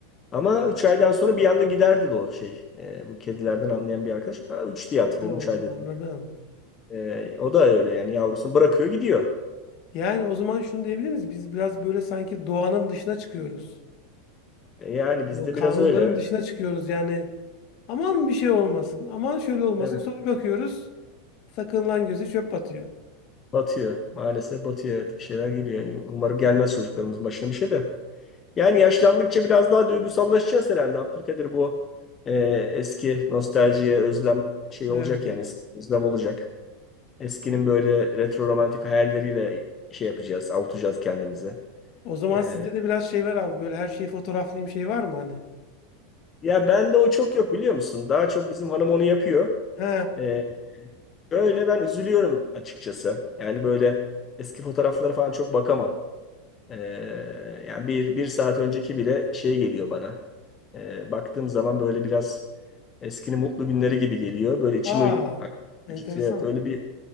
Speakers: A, on the left; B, on the left.
A: Ama 3 aydan sonra bir anda giderdi de o şey. Ee, bu kedilerden anlayan bir arkadaş. Aa, 3 diye hatırlıyorum.
B: Oo,
A: üç ay dedi.
B: anladım.
A: Ee, o da öyle yani. Yavrusunu bırakıyor gidiyor.
B: Yani o zaman şunu diyebilir miyiz? Biz biraz böyle sanki doğanın dışına çıkıyoruz.
A: Ee, yani bizde
B: O kanunların
A: biraz öyle. Evet.
B: dışına çıkıyoruz yani. Aman bir şey olmasın. Aman şöyle olmasın.
A: Evet.
B: Sonra bakıyoruz. Sakınılan göze çöp batıyor.
A: Batıyor. Maalesef batıyor. Evet. Bir şeyler geliyor. Umarım gelmez çocuklarımızın başına bir şey de. Yani yaşlandıkça biraz daha duygusallaşacağız herhalde. Abdülkadir bu e, eski nostaljiye özlem şey
B: Evet.
A: olacak yani eski özlem olacak. Eskinin böyle retro romantik hayalleriyle şey yapacağız, avutacağız kendimize.
B: O zaman
A: E,
B: sizde de biraz şey var abi. Böyle her şeyi fotoğraflayayım şey var mı hani?
A: ya bende o çok yok biliyor musun? Daha çok bizim hanım onu yapıyor.
B: He.
A: E, öyle ben üzülüyorum açıkçası. Yani böyle eski fotoğraflara falan çok bakamam. Ee, yani bir, bir saat önceki bile şey geliyor bana. Ee, baktığım zaman böyle biraz eskinin mutlu günleri gibi geliyor. Böyle içimi
B: <laughs> Aa. Enteresan.
A: acıtıyor. Evet, öyle bir